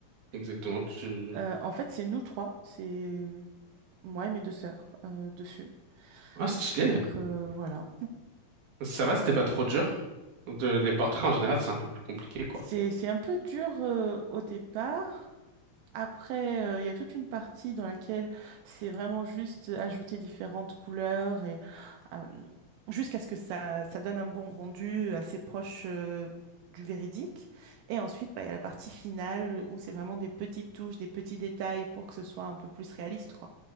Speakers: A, on the right; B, on the right.
A: Exactement. Tu...
B: Euh, en fait, c'est nous trois, c'est moi et mes deux sœurs euh, dessus.
A: Ah, stylé.
B: Donc euh, voilà.
A: Ça va, c'était pas trop dur. De, les portraits en général, c'est un peu plus compliqué, quoi.
B: C'est, c'est un peu dur euh, au départ. Après, euh, il y a toute une partie dans laquelle c'est vraiment juste ajouter différentes couleurs et euh, jusqu'à ce que ça, ça donne un bon rendu assez proche euh, du véridique. Et ensuite, bah, il y a la partie finale où c'est vraiment des petites touches, des petits détails pour que ce soit un peu plus réaliste, quoi.